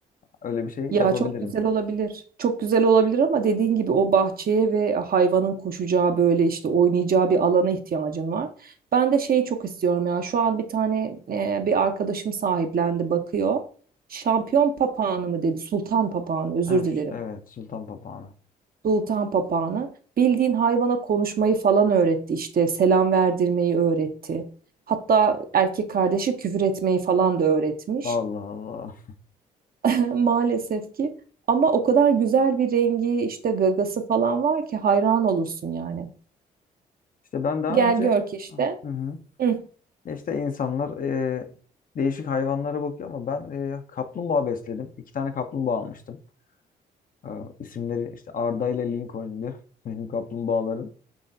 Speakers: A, on the left; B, on the right.
A: Öyle bir şey
B: Ya
A: yapabilirim.
B: çok güzel olabilir. Çok güzel olabilir ama dediğin gibi o bahçeye ve hayvanın koşacağı böyle işte oynayacağı bir alana ihtiyacın var. Ben de şeyi çok istiyorum ya. Şu an bir tane e, bir arkadaşım sahiplendi bakıyor. Şampiyon papağanı mı dedi? Sultan papağanı özür
A: Ha,
B: dilerim.
A: ş- evet, sultan papağanı.
B: Sultan papağanı bildiğin hayvana konuşmayı falan öğretti işte selam verdirmeyi öğretti. Hatta erkek kardeşi küfür etmeyi falan da öğretmiş
A: Allah Allah.
B: <laughs> maalesef ki. Ama o kadar güzel bir rengi işte gagası falan var ki hayran olursun yani.
A: İşte ben daha
B: Gel
A: önce
B: gör ki işte
A: ah, Hı hı.
B: hı,
A: İşte insanlar e, değişik hayvanlara bakıyor ama ben e, kaplumbağa besledim. İki tane kaplumbağa almıştım. E, isimleri işte Arda ile Lincoln'du <laughs> benim kaplumbağaların.